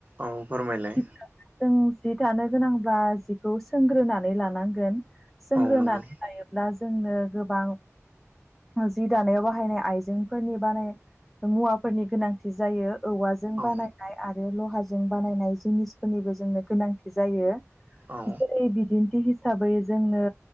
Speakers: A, on the right; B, in the centre.
A: औ फोरमायलाय
B: गिबियावनो जों जि थानो गोनांब्लाा जिखौ सोंग्रोनानै लानांगोन सोंग्रोनानै
A: औ नंगौ
B: लायो दा जोंनो गोबां जि दानायाव बाहायनाय आइजेंफोरनि बानाय। मुवाफोरनि गोनांथि जायो औवा जों
A: औ
B: बानायनाय आरो लहाजों बानायनाय जिनिसफोरनिबो जोंनो गोनांथि जायो।
A: औ
B: जेरै बिदिन्थि हिसाबै जोंनो